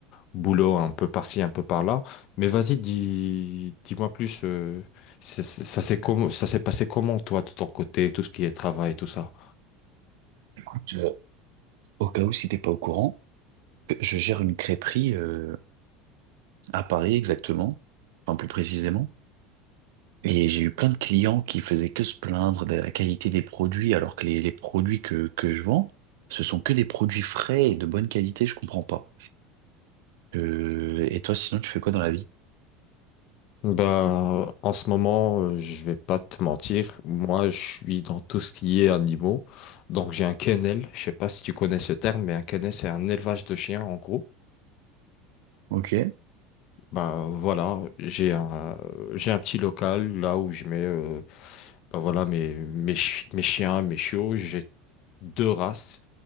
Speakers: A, on the left; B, on the right.
A: boulots, un peu par-ci, un peu par-là. Mais vas-y, dis, dis-moi plus, euh, c'est- c'est- ça s'est comment, ça s'est passé comment, toi, de ton côté, tout ce qui est travail, tout ça?
B: Écoute, euh, au cas où si t'es pas au courant, euh, je gère une crêperie euh, à Paris exactement, enfin plus précisément. Et j'ai eu plein de clients qui faisaient que se plaindre de la qualité des produits, alors que les, les produits que, que je vends, ce sont que des produits frais et de bonne qualité, je comprends pas. Euh, et toi, sinon, tu fais quoi dans la vie?
A: Bah, en ce moment, euh, je vais pas te mentir, moi, je suis dans tout ce qui est animaux. Donc, j'ai un kennel, je sais pas si tu connais ce terme, mais un kennel, c'est un élevage de chiens, en gros.
B: Ok.
A: Bah voilà, j'ai un j'ai un petit local là où je mets euh, bah voilà mes mes, chi- mes chiens, mes chiots, j'ai deux races.